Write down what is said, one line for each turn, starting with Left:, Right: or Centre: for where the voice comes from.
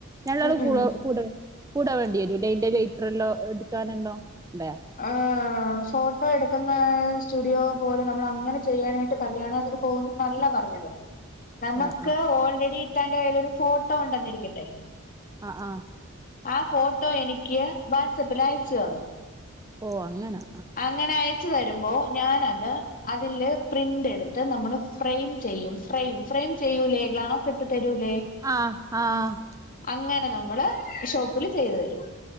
Right: ഞല്ലരു
Left: ഉം ഉം
Right: കുട കുട കുട വേണ്ടി വരൂല്ലെ അയ്ന്റെ ലൈറ്റർല്ലോ എടുക്കാനല്ലോല്ലേ.
Left: ആ ആ ഫോട്ടോ എടുക്കുന്ന സ്റ്റുഡിയോ പോലെ നമ്മള് അങ്ങനെ ചെയ്യാനായിട്ട് കല്ല്യാണത്തിന് പോകുന്നുന്നല്ല പറഞ്ഞത്. നമ്മക്ക്
Right: ആ ആ
Left: ഓൾറെഡി ഇത്താന്റെ കൈലൊരു ഫോട്ടോ ഉണ്ടെന്നിരിക്കട്ടെ
Right: ആ ആ
Left: ആ ഫോട്ടോ എനിക്ക് വാട്സപ്പിൽ അയച്ചു തന്നു.
Right: ഓ അങ്ങനാ
Left: അങ്ങനെ അയച്ചു തരുമ്പോ ഞാനത് അതില് പ്രിന്റ് എടുത്ത് നമ്മള് ഫ്രെയിം ചെയ്യും. ഫ്രെയിം ഫ്രെയിം ചെയ്യൂലെ ഗ്ലാസ് ഇട്ട് തരൂലേ.
Right: ആഹ് ആഹ്
Left: അങ്ങനെ നമ്മള് ഷോപ്പില് ചെയ്തു തരും.